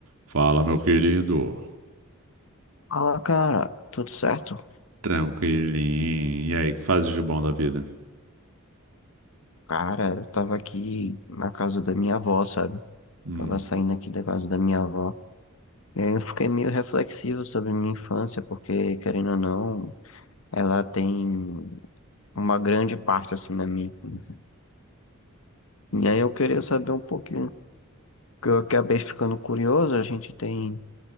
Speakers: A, on the right (about 75°); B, on the left (about 65°).
A: Fala, meu querido.
B: Fala, cara, tudo certo?
A: Tranquilinho. E aí, que fazes de bom da vida?
B: Cara, eu tava aqui na casa da minha avó, sabe?
A: Hum.
B: Tava saindo aqui da casa da minha avó. E aí eu fiquei meio reflexivo sobre minha infância, porque, querendo ou não, ela tem uma grande parte, assim, na minha infância. E aí eu queria saber um pouquinho, que eu acabei ficando curioso, a gente tem,